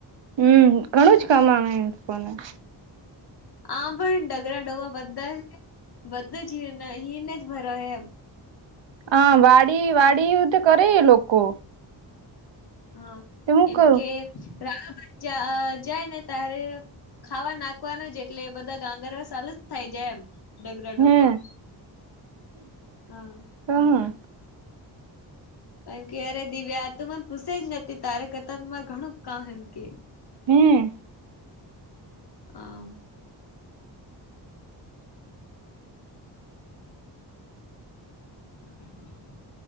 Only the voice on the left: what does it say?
આમ પણ ડગરા ડોવા બધા છે બધું જ હીર હીરને જ ભરો એમ,
હા
એમ
કે રા ભચા જાય ને ત્યારે, ખાવા નાખવાનું જ એટલે એ બધા ગાંગર સાલુ જ થાય જાય એમ, ડગરા ડોબા
હા,
કારણ કે અરે દિવ્યા તું મને પૂસે જ ન તારે કરતા મારે ઘણું કામ એમ કે,
કામ, <inaudible>